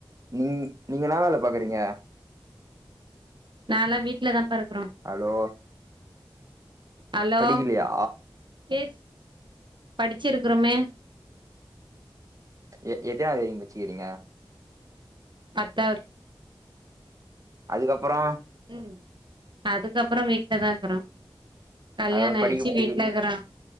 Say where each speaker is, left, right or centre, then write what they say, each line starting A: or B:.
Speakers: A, on the right (about 40°); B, on the right (about 60°).
A: நீங் நீங்க என்னா வேல பாக்குறீங்க
B: நான்லா வீட்ல தா பா இருக்குறோ
A: ஹலோ
B: ஹலோ
A: படிக்கலையா
B: எஸ் படிச்சிருக்குறோமே
A: எ எத்தினாவது வரைக்கு படிச்சிருக்கீங்க
B: பத்தா
A: அதுக்கப்பறோ
B: ம் அதுக்கப்பற வீட்ல தா இருக்குறோ கல்யாண
A: அதாவது படிக்க
B: ஆயிச்சு
A: படி
B: வீடலக்கறோ